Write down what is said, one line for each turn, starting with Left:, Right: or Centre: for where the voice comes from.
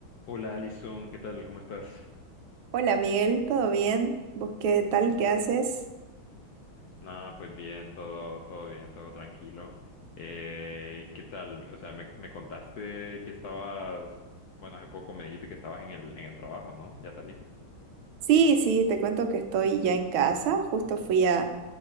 Left: Hola Alison, ¿qué tal? ¿Cómo estás?
Right: Hola Miguel, ¿todo bien? ¿Vos qué tal? ¿Qué haces?
Left: Nada, pues bien, todo, todo bien, todo tranquilo. Eh, ¿qué tal? O sea, me, me contaste que estabas, bueno, hace poco me dijiste que estabas en el, en el trabajo, ¿no? ¿Ya saliste?
Right: Sí, sí, te cuento que estoy ya en casa. Justo fui a,